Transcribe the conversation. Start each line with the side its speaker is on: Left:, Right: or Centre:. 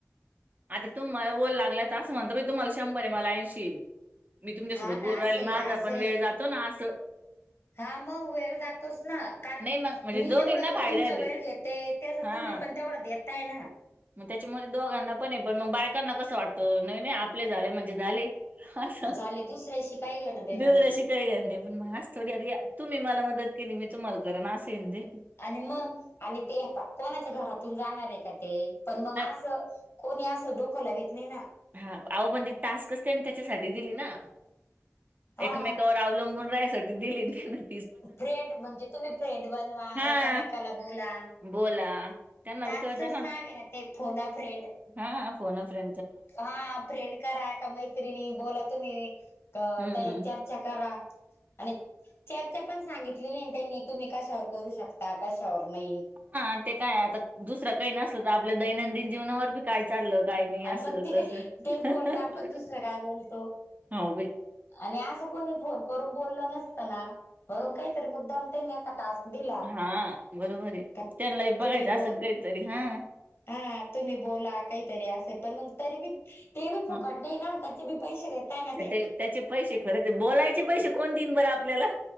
Right: आता तुम्ही मला बोलू लागल्यात तर असं म्हणता म तुम्हाला शंभर आहे मला ऐंशी. मी तुमच्यासोबत
Left: हा ना
Right: बोलू
Left: असंय
Right: राहिले माझा
Left: असंय.
Right: वेळ जातो ना असं.
Left: हा मग वेळ जातोस ना कारण
Right: नाही मग म्हणजे
Left: मी
Right: दोघींना
Left: जेवढं
Right: फायदा
Left: तुमचा
Right: आहे ते.
Left: वेळ घेते त्या
Right: हा
Left: तुम्ही पण तेवढं देताय ना.
Right: मग त्याच्यामध्ये दोघांना पण आहे पण मग बायकांना कसं वाटतं नाही नाही आपले झाले म्हणजे झाले. अस
Left: झाली दुसऱ्याशी काही घेणं देणं
Right: दुसऱ्याशी
Left: नाही
Right: काय घेणं नाही पण असं थोडी आर तुम्ही मला मदत केली मी तुम्हाला करेल ना असं आहे ते
Left: आणि मग आणि ते कोणाच्या घरातून जाणार आहे का ते पण मग
Right: आ-
Left: असं कोणी असं डोकं लावीत नाही ना
Right: हा आहो पण ते टास्क असतय त्याच्यासाठी दिली ना
Left: हा.
Right: एकमेकावर अवलंबून राहायसाठी दिली त्यानी
Left: फ्रेंड म्हणजे तुम्ही फ्रेंड बनवा
Right: हा
Left: एकामेकाला बोला.
Right: बोला त्यांना
Left: टास्कचच
Right: बी कळतं
Left: नाव आहे ना ते फोन अ फ्रेंड
Right: हा फोन अ फ्रे
Left: हा फ्रेंड करा का मैत्रिणी बोला तुम्ही ते
Right: हम्म
Left: ह्यच्या च्या करा आणि चर्चा पण सांगितलेली त्यांनी तुम्ही कशावर करू शकता आणि कशावर नाही.
Right: हा ते तर आहे. आता दुसरं काही नसल तर आपल्या दैनंदिन जीवनावर बी काय चाललं? काही नाही
Left: आणि
Right: अस
Left: मग ते
Right: तस
Left: तेच
Right: हहह
Left: बोलता आपण दुसरं काय बोलतो
Right: होउ बे
Left: आणि असं कोणी फोन करून बोललं नसतं ना म्हणून काहीतरी मुद्दाम त्यांनी असा टास्क दिला
Right: हा! बरोबर आहे.
Left: का
Right: त्याना बघायचं
Left: तुम्ही बोल
Right: असेल काहीतरी हा
Left: हा तुम्ही बोला काहीतरी असे, पण मग तरी बी ते बी फुकट
Right: हा
Left: नाही ना त्याचे बी पैसे ना ते
Right: त्याचे पैसे खरच बोलायचे पैसे कोण दिन बरं आपल्याला